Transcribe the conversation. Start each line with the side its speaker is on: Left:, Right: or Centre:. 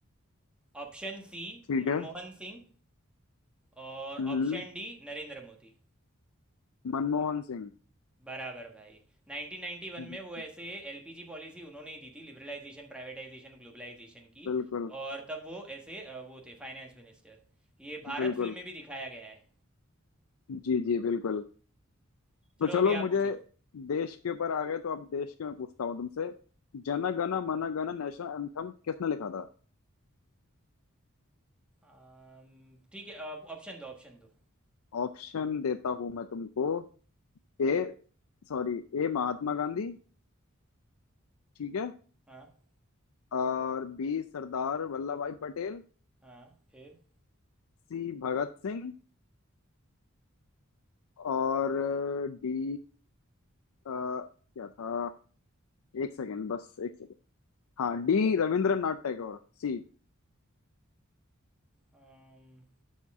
Centre: option C
Left: ठीक
Centre: Manmohan
Left: है
Centre: Singh और
Left: हम्म
Centre: ऑप्शन डी नरेंद्र मोदी
Left: मनमोहन सिंह
Centre: बराबर भाई 1991
Left: हम्म।
Centre: में वो ऐसे एलपीजी पॉलिसी उन्होंने ही दी थी लिबरलाइजेशन प्राइवेटाइजेशन ग्लोबलाइजेशन की
Left: बिल्कुल
Centre: और तब वो ऐसे अ, वो थे फाइनेंस मिनिस्टर ये भारत
Left: बिल्कुल
Centre: फिल्म में भी दिखाया गया है
Left: जी जी बिल्कुल
Centre: चलो
Left: तो चलो
Centre: अभी
Left: मुझे
Centre: आप पूछो
Left: देश के ऊपर आ गए तो अब देश के मैं पूछता हूँ तुमसे जन गण मन गण नेशनल एंथम किसने लिखा था
Centre: अम, ठीक है ऑप्शन दो ऑप्शन दो
Left: ऑप्शन देता हूँ मैं तुमको A Sorry A Mahatma Gandhi ठीक है
Centre: हाँ
Left: और बी सरदार वल्लभ भाई पटेल
Centre: हाँ फिर
Left: सी भगत सिंह और डी क्या था एक सेकेंड बस एक हाँ डी रविंद्रनाथ टैगोर सी
Centre: अम,